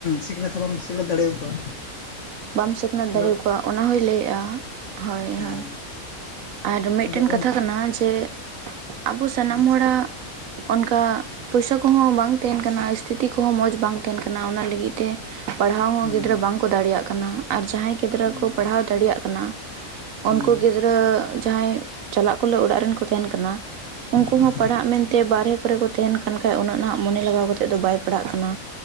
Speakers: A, on the left; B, on the right.
A: ᱥᱤᱠᱷᱱᱟᱹᱛ ᱦᱚᱸ ᱵᱟᱢ ᱥᱤᱠᱷᱱᱟᱹᱛ ᱫᱟᱲᱮᱭᱟᱠᱚᱣᱟ
B: ᱵᱟᱢ ᱥᱤᱠᱷᱱᱟᱹᱛ
A: ᱟᱫᱚ
B: ᱫᱟᱲᱮ ᱟᱠᱚᱣᱟ ᱚᱱᱟ ᱦᱚᱭ ᱞᱟᱹᱭᱮᱜᱼᱟ ᱦᱳᱭ
A: ᱦᱮᱸ
B: ᱦᱳᱭ ᱟᱨ ᱢᱤᱫᱴᱮᱱ
A: ᱟᱫᱚ
B: ᱠᱟᱛᱷᱟ ᱠᱟᱱᱟ ᱡᱮ ᱟᱵᱚ ᱥᱟᱱᱟᱢ
A: ᱟᱪᱪᱷᱟ
B: ᱦᱚᱲᱟᱜ ᱚᱱᱠᱟ ᱯᱚᱭᱥᱟ ᱠᱚᱦᱚᱸ ᱵᱟᱝ ᱛᱟᱦᱮᱱ ᱠᱟᱱᱟ ᱥᱛᱷᱤᱛᱤ ᱠᱚᱦᱚᱸ ᱢᱚᱸᱡᱽ ᱵᱟᱝ ᱛᱟᱦᱮᱱ ᱠᱟᱱᱟ ᱚᱱᱟ ᱞᱟᱹᱜᱤᱫ ᱛᱮ ᱯᱟᱲᱦᱟᱣ ᱦᱚᱸ
A: ᱦᱩᱸ
B: ᱜᱤᱫᱽᱨᱟᱹ ᱵᱟᱝᱠᱚ ᱫᱟᱲᱮᱭᱟᱜ ᱠᱟᱱᱟ ᱟᱨ ᱡᱟᱦᱟᱸᱭ ᱜᱤᱫᱽᱨᱟᱹ
A: ᱦᱩᱸ
B: ᱠᱚ ᱯᱟᱲᱦᱟᱣ ᱫᱟᱲᱮᱭᱟᱜ ᱠᱟᱱᱟ ᱩᱱᱠᱩ
A: ᱦᱩᱸ
B: ᱜᱤᱫᱽ ᱨᱟᱹ ᱡᱟᱦᱟᱸᱭ ᱪᱟᱞᱟᱜ ᱠᱚᱞᱟᱹ ᱚᱲᱟᱜ ᱨᱮᱱ ᱠᱚ ᱛᱟᱦᱮᱱ ᱠᱟᱱᱟ ᱩᱱᱠᱩ
A: ᱦᱩᱸ
B: ᱦᱚᱸ ᱯᱟᱲᱦᱟᱜ ᱢᱮᱱᱛᱮ ᱵᱟᱨᱦᱮ ᱠᱚᱨᱮ ᱠᱚ ᱛᱟᱦᱮᱱ ᱠᱟᱱ ᱠᱷᱟᱡ ᱩᱱᱟᱹᱜ ᱢᱚᱱᱮ ᱞᱟᱜᱟᱣ ᱠᱟᱛᱮᱜ ᱫᱚ ᱵᱟᱭ ᱯᱟᱲᱟᱜ ᱠᱟᱱᱟ